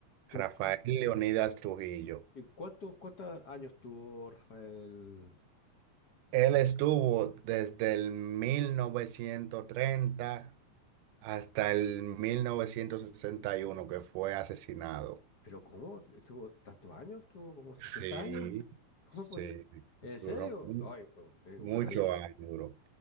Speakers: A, on the right; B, on the left.
A: Rafael
B: Trujillo.
A: Leonidas Trujillo.
B: ¿Y cuántos, cuántos años tuvo Rafael?
A: Él estuvo desde el 1930 hasta el 1961, que fue asesinado.
B: ¿Pero cómo? ¿Estuvo tantos años? ¿Estuvo como 60
A: Sí,
B: años? ¿Cómo
A: sí,
B: es posible? ¿En serio?
A: duró mu-
B: No, eh, oh, eh,
A: mucho
B: oh, en reali-
A: años. duró.